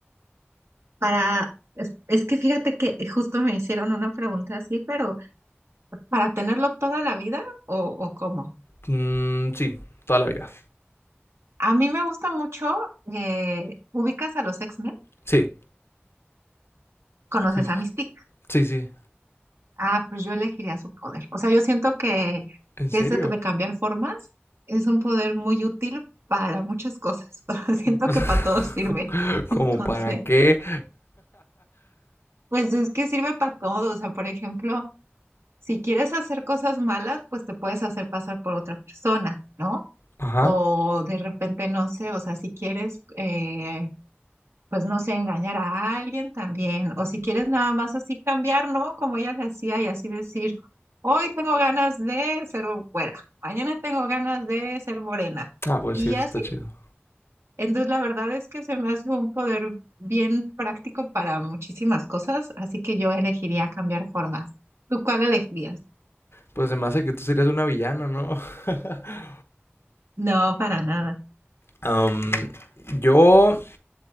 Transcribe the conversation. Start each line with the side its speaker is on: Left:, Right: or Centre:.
Right: Para, es, es que fíjate que justo me hicieron una pregunta así, pero ¿para tenerlo toda la vida o, o cómo?
Left: Mm, sí, toda la vida.
Right: A mí me gusta mucho, eh, ubicas a los X-Men,
Left: Sí,
Right: conoces
Left: Sí, sí,
Right: a
Left: sí.
Right: Mystique.
Left: sí, sí.
Right: Ah, pues yo elegiría su poder. O sea, yo siento que
Left: ¿En serio?
Right: ese de cambiar formas es un poder muy útil para muchas cosas. <laughs> Pero Siento
Left: <laughs>
Right: que para todo sirve. <laughs>
Left: ¿Como
Right: Entonces,
Left: para qué?
Right: pues es que sirve para todo. O sea, por ejemplo, si quieres hacer cosas malas, pues te puedes hacer pasar por otra persona, ¿no?
Left: Ajá.
Right: O de repente, no sé, o sea, si quieres... eh, pues no sé, engañar a alguien también, o si quieres nada más así cambiar, ¿no? Como ella le hacía y así decir, hoy tengo ganas de ser güera, mañana tengo ganas de ser morena,
Left: Ah, pues
Right: y
Left: sí, eso
Right: así.
Left: está chido.
Right: Entonces la verdad es que se me hace un poder bien práctico para muchísimas cosas, así que yo elegiría cambiar formas. ¿Tú cuál elegirías?
Left: Pues se me hace que tú serías una villana, ¿no? <laughs>
Right: No, para nada.
Left: Am, yo,